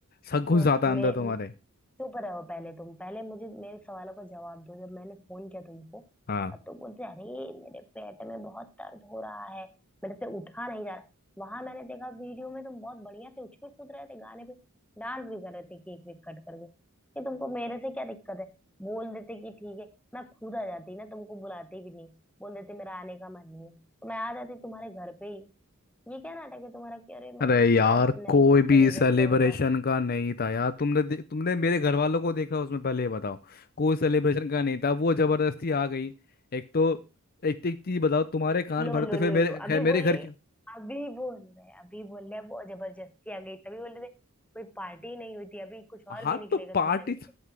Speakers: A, on the left (about 45°); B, in the centre.
A: शक घुस
B: तो
A: जाता है
B: मैं
A: अंदर तुम्हारे
B: चुप रहो पहले तुम पहले मुझे मेरे सवालों का जवाब दो जब मैंने फोन किया तुमको
A: हाँ
B: तब तुम बोलते अरे मेरे पेट में बहुत दर्द हो रहा है मेरे से उठा नहीं जा रहा वहां मैंने देखा वीडियो में तुम बहुत बढ़िया से उछल कूद रहे थे गाने पे डांस भी कर रहे थे केक वेक कट करके कि तुमको मेरे से क्या दिक्कत है बोल देते कि ठीक है मैं खुद आ जाती ना तुमको बुलाती भी नहीं बोल देते मेरा आने का मन नहीं है तो मैं आ जाती तुम्हारे घर पे ही ये क्या नाटक है तुम्हारा कि अरे मैं
A: अरे यार
B: मैं नहीं
A: कोई
B: सेलिब्रेट
A: भी सेलिब्रेशन
B: करूंगा
A: का नहीं था यार तुमने दे- तुमने मेरे घर वालों को देखा उसमें पहले ये बताओ कोई सेलिब्रेशन का नहीं था वो जबरदस्ती आ गई एक तो एक एक चीज बताओ तुम्हारे कान
B: लो
A: भरते
B: लो
A: फिर
B: लो
A: मेरे
B: लो
A: घर-
B: अभी
A: मेरे
B: बोल
A: घर
B: रही
A: के
B: अभी बोल रहे अभी बोल रहे वो जबरदस्ती आ गई तभी बोल रहे थे कोई पार्टी नहीं हुई थी अभी कुछ
A: हाँ
B: और भी निकलेगा
A: तो पार्टी
B: तुम्हारे मुंह से